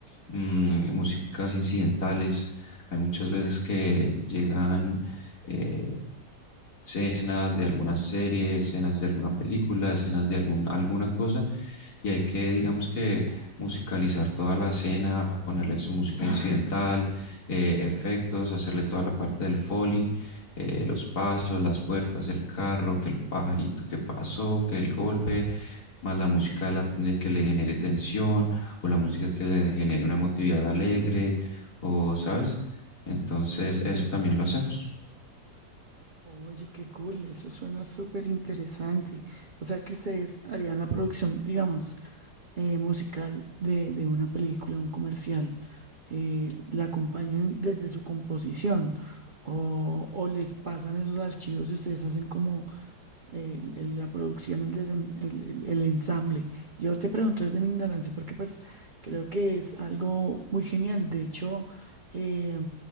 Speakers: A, on the left; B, on the right.
A: mm, músicas incidentales. Hay muchas veces que llegan eh, escenas de alguna serie, escenas de alguna película, escenas de algún, alguna cosa, y hay que, digamos que, musicalizar toda la escena, ponerle su música incidental, eh, efectos, hacerle toda la parte del foley, eh, los pasos, las puertas, el carro, que el pajarito que pasó, que el golpe, más la música de la- de que le genere tensión o la música que le genere una emotividad alegre, o, ¿sabes? Entonces, eso también lo hacemos.
B: Oye, qué cool, eso suena súper interesante. O sea, que ustedes harían la producción, digamos, eh, musical de, de una película, un comercial, eh, la acompañan desde su composición o, o les pasan esos archivos y ustedes hacen como el- el- la producción, el, desem- el, el- el ensamble. Yo te pregunto desde mi ignorancia, porque pues creo que es algo muy genial. De hecho, eh,